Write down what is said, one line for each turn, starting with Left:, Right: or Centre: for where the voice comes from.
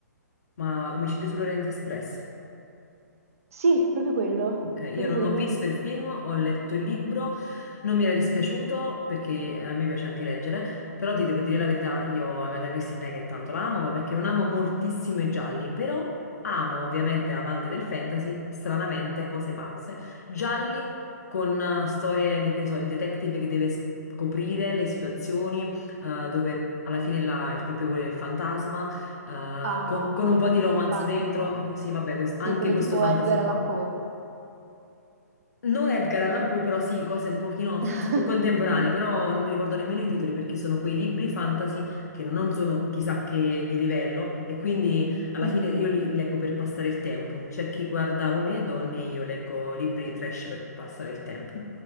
Left: ma Omicidio sull'Oriente Express.
Right: Sì, proprio quello,
Left: Ok,
Right: proprio
Left: io non
Right: quello.
Left: ho visto il film, ho letto il libro, non mi era dispiaciuto perché eh, a me piace anche leggere, però ti devo dire la verità, io Agatha Christie non è che tanto la amo, ma perché non amo moltissimo i gialli, però amo ovviamente, amante del fantasy, stranamente, cose pazze, gialli con eh, storie di, che ne so, il detective che deve scoprire le situazioni eh, dove alla fine la- il colpevole è il fantasma, eh,
Right: Ah,
Left: con, con
Right: quelle
Left: un po'
Right: mezze
Left: di romance
Right: fa-
Left: dentro, Eh, sì vabbè, quest-
Right: Sì,
Left: anche
Right: quelle
Left: questo
Right: tipo
Left: fantasy
Right: Edgar
Left: qua.
Right: Allan Poe.
Left: Non Edgar Allan Poe, però sì, cose un pochino forse
Right: <laughs>
Left: più contemporanee, però non mi ricordo nemmeno i titoli perché sono quei libri fantasy che non non sono chissà che di livello e quindi alla
Right: Mhm.
Left: fine io li leggo per passare il tempo. C'è chi guarda uomini e donne, io leggo libri trash per passare il tempo.